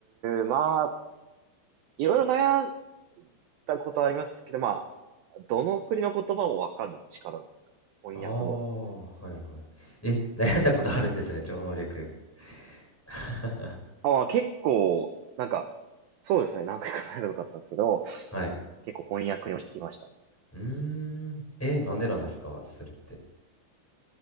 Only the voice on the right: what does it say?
まあ、いろいろ悩んだことはありますけど、まあ、どの国の言葉もわかる力ですかね翻訳能力みたい
な。あ、まあ、結構、なんか、そうですね、何回か悩んだことあったんですけど、
結構翻訳に落ち着きましたね。